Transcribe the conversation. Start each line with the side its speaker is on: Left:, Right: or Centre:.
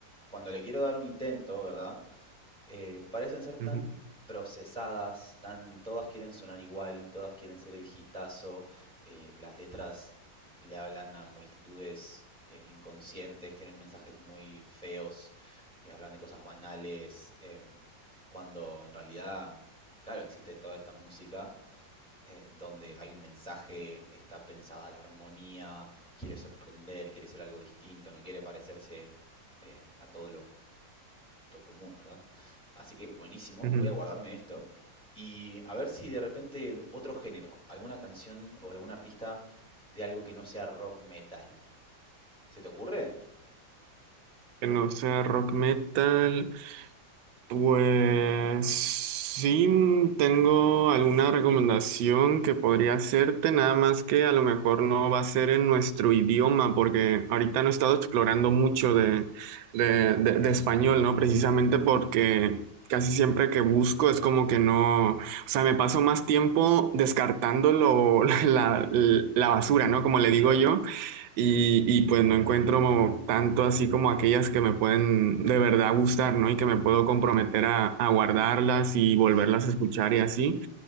Centre: cuando le quiero dar un intento, ¿verdad? eh, parecen ser tan
Right: Ujú,
Centre: procesadas, tan, todas quieren sonar igual, todas quieren ser el hitazo, eh, las letras le hablan a multitudes eh, inconscientes, tienen mensajes muy feos, eh, hablan de cosas banales, em, cuando en realidad, claro, existe toda esta música eh, donde hay un mensaje, está pensada la armonía, quiere sorprender, quiere ser algo distinto, no quiere parecerse eh, a todo lo lo común, ¿verdad? Así que buenísimo,
Right: ujú.
Centre: voy a guardarme esto. Y a ver si de repente otro género, alguna canción o algún artista de algo que no sea rock metal. ¿Se te ocurre?
Right: Que no sea rock metal. Pues sí, tengo alguna recomendación que podría hacerte, nada más que a lo mejor no va a ser en nuestro idioma, porque ahorita no he estado explorando mucho de, de, de- de español, ¿no? Precisamente porque casi siempre que busco es como que no, o sea, me paso más tiempo descartando lo- <laughs>
Centre: <laughs>
Right: la,
Centre: Ujú,
Right: la basura, ¿no? Como le digo
Centre: Claro,
Right: yo y, y, pues no encuentro tanto así como aquellas que me pueden de verdad gustar, ¿no? Y que me puedo comprometer a, a guardarlas y volverlas
Centre: sí.
Right: a escuchar y así.